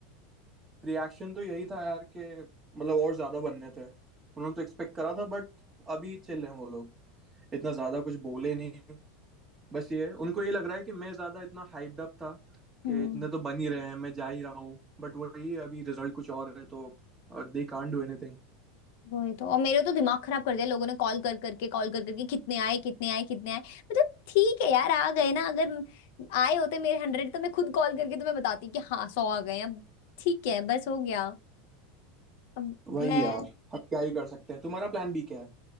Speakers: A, on the right; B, on the left.
A: रिएक्शन तो यही था यार कि मतलब और ज्यादा बनने थे उन्होंने तो एक्सपेक्ट करा था बट अभी चिल हैं वो लोग इतना ज्यादा कुछ बोले नहीं बस ये उनको ये लग रहा है कि मैं ज्यादा इतना हाइप्ड अप था कि
B: हम्म
A: इतने तो बन ही रहे हैं मैं जा ही रहा हूँ बट वही है, अभी रिजल्ट कुछ और है तो दे कांट डू एनीथिंग
B: वही तो और मेरे तो दिमाग खराब कर दिया लोगों ने कॉल कर करके कॉल कर करके कितने आए कितने आए कितने आए मतलब ठीक है यार आ गए ना अगर आए होते मेरे हंड्रेड तो मैं खुद कॉल करके तुम्हें बताती कि हाँ सौ आ गए अब ठीक है बस हो गया अब
A: वही
B: मैं
A: यार हम क्या ही कर सकते हैं तुम्हारा प्लान भी क्या है